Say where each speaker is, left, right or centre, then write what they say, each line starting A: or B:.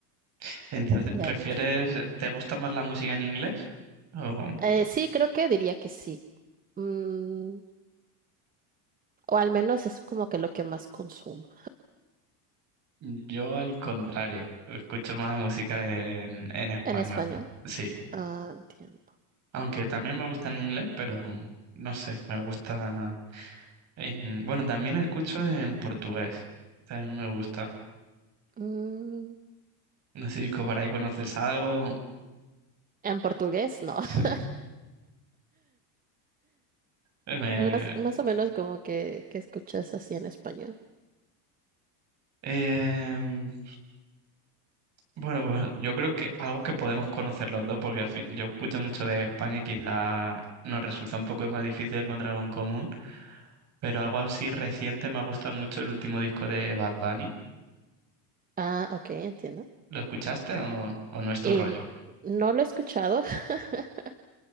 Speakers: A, on the right (about 35°); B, on the right (about 20°).
A: <laughs> Entonces,
B: y
A: ¿prefieres,
B: a ver.
A: te gusta más la música en inglés? O
B: Eh, sí, creo que diría que sí. Mm, o al menos es como que lo que más consumo.
A: yo al contrario, escucho más música en, en español.
B: En español.
A: Sí,
B: Ah, entiendo.
A: aunque también me gusta en inglés, pero no sé, me gusta. En- bueno, también escucho en portugués. También me gusta.
B: Mm,
A: No sé si co- por ahí conoces algo.
B: en portugués, no.
A: Sí.
B: <laughs>
A: Me-
B: Más, más o menos como que, que escuchas así en español.
A: em, bueno, pues yo creo que algo que podemos conocer los dos, porque al fin yo escucho mucho de España y quizá nos resulta un poco más difícil encontrar algo en común, pero algo así reciente me gusta mucho el último disco de Bad Bunny.
B: Ah, ok, entiendo.
A: ¿Lo escuchaste o, o no es tu
B: En-
A: rollo?
B: no lo he escuchado. <laughs>